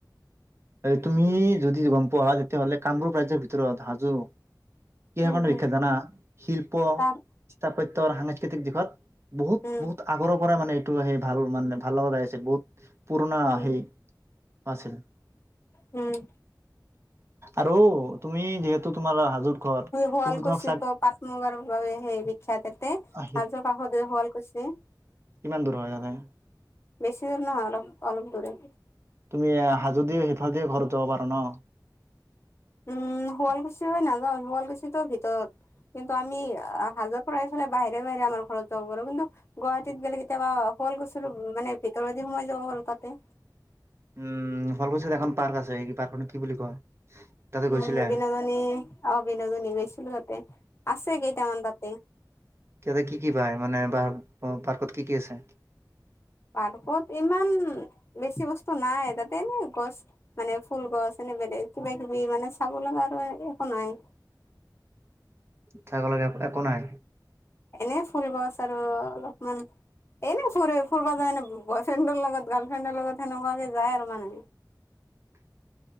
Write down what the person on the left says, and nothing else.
উম হম
তাত
উম
উম
উম।
তই শুৱাল
কুছি
তো পাট মুগাৰ বাবে সেই বিখ্যাততে
হাজ কাষতই শুৱাল কুচী।
বেছি দূৰ নহয় অলপ অলপ দূৰে।
উম শুৱালকুছি হৈ নাযাও শুৱালকুছিতটো ভিতৰত কিন্তু আমি হাজত। চৰাই চৰাাই বাহিৰে বাহিৰে আমাৰ ঘৰত যাব পাৰো কিন্তু গুৱাহাটীত বেলেগ কেতিয়াবা শুৱল গছু মানে ভিতৰত। সময় জগালতে।
উম বিনোদনী অ বিনোদনী গৈছিলো তাতে আছে কেইটামান তাতে।
পাৰ্কত ইমান বেছি বস্তু। নাই তাতে এনে গছ মানে ফুল গছ এনে বেলে কিবা কিবি মানে চাব লগা আৰু। নাই।
এনেই ফুল গছ আৰু অলপমান। এনে ফ ফুব যায়ে বয় ফ্ৰেণ্ডৰ লগত গাৰ্ল ফ্ৰেণ্ডৰ লগত সেনেকুৱাকে যায় আৰু মানুহ।